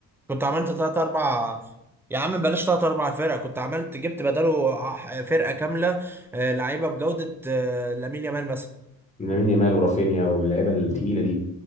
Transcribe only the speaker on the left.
من لامين يامال ورافينيا واللعيبه التقيله
دي